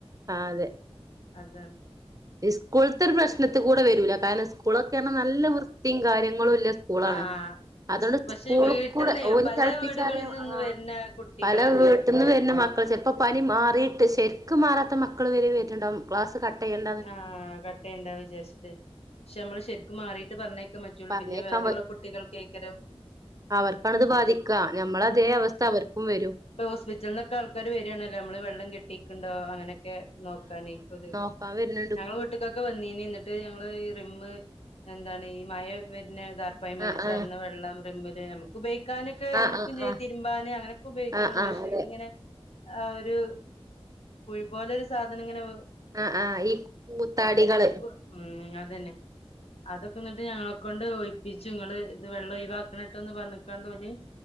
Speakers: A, on the right (about 35°); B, on the left (about 70°).
A: അതെ.
B: അതാണ്.
A: ഇസ്കൂൾത്തര് പ്രശ്നത്ത്കൂടെ വരൂല കാരണം സ്കൂളൊക്കെ പറഞ്ഞ നല്ല വൃത്തിം കാര്യങ്ങളൂല്ല സ്
B: ആഹ്.
A: അതോണ്ട്
B: പക്ഷെ
A: സ്കൂൾ
B: വീട്ടിൽന്നേ
A: കൂടെ ഓല്
B: പല
A: തെളപ്പിച്ചാറിയ
B: വീടുകളിൽ നിന്ന്
A: ആഹ്
B: വരുന്ന കുട്ടികളല്ലേ
A: പല വീട്ട്ന്ന്
B: അപ്പൊ
A: വര്ന മക്കള് ചെ പ്പ പനി മാറിയിട്ട് ശര്ക്ക് മാറാത്ത മക്കള് വരെ വര്ന്ണ്ടാവും ക്ലാസ് കട്ടെയ്യൽ.
B: ആഹ് കട്ടെയ്യണ്ട വിചാര്ച്ചിട്ട് പക്ഷെ നമ്മള് ശരിക്കും മാറീട്ട് പറഞ്ഞേക്കാൻ പറ്റുള്ളു.
A: പറഞ്ഞേക്കാൻ
B: പിന്നെ വേറുള്ള കുട്ടികൾകേക്കരം.
A: അവർക്കാണത് ബാധിക്ക നമ്മളെ അതേ അവസ്ഥ അവർക്കും വരും.
B: ട്ട് ഹോസ്പിറ്റൽന്നൊക്കെ ആൾക്കാര് വരാണല്ലൊ നമ്മള് വെള്ളം കെട്ടിക്ക്ണ്ടോ അങ്ങനെക്കെ നോക്കാന് കൊത്
A: ഒപ്പാൻ വരുണ്
B: ഞങ്ങളെ വീട്ടിക്കൊക്കെ വന്നീനി ഇന്നിട്ട് ഞങ്ങള് ഈ റിമ്മ് എന്താണ് ഈ മഴ വര്നെ ഇതർ പ്പൈംന്ന്
A: ആ
B: ചാടുന്ന
A: ആ
B: വെള്ളം റിമ്മില് ഞമ്മക്ക് ഉപയോഗിക്കാന് ക്ക്
A: ആ
B: ഇടുക്കും
A: ആ
B: ചെയ്ത്
A: ആ
B: തിരുമ്പാന് അങ്ങനൊക്കെ ഉപയോഗിക്കുണൊള്ളൂ
A: ആ ആ
B: പക്ഷെ
A: അതെ
B: ഇതിങ്ങനെ ആ ഒരു പുഴു പോലെ ഒരു സാധനം ഇങ്ങനെ
A: ആഹ് ആഹ് ഈ കൂത്താടികള്
B: ആഹ് അതന്നെ അതൊക്കെങ്ങട്ട് ഞങ്ങളെക്കൊണ്ട് ഒഴിപ്പിച്ച് ഇങ്ങള് ഇത് വെള്ളം ഒഴിവാക്കണംട്ടോന്ന് പറഞക്കാണ്ട് ഓല്